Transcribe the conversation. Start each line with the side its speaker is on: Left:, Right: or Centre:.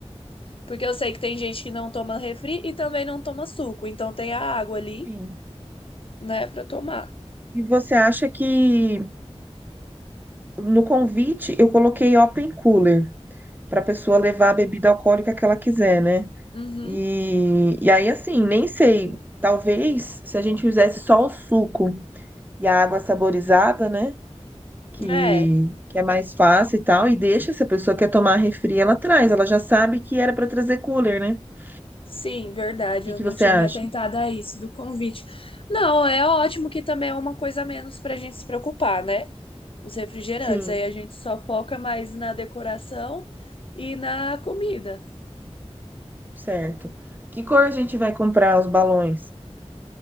Left: porque eu sei que tem gente que não toma refri e também não toma suco, então tem a água ali,
Right: Sim.
Left: né, pra tomar.
Right: E você acha que no convite eu coloquei open cooler para a pessoa levar a bebida alcoólica que ela quiser, né?
Left: Uhum.
Right: E, e aí, assim, nem sei. Talvez se a gente fizesse só o suco e a água saborizada, né? que,
Left: É,
Right: que é mais fácil e tal, e deixa, se a pessoa quer tomar refri, ela traz, ela já sabe que era para trazer cooler, né? O
Left: sim, verdade,
Right: que
Left: eu
Right: que
Left: não
Right: você
Left: tinha
Right: acha?
Left: me atentado a isso do convite. Não, é ótimo que também é uma coisa a menos pra gente se preocupar, né? os refrigerantes.
Right: Sim,
Left: Aí a gente só foca mais na decoração e na comida.
Right: certo. Que cor a gente vai comprar os balões?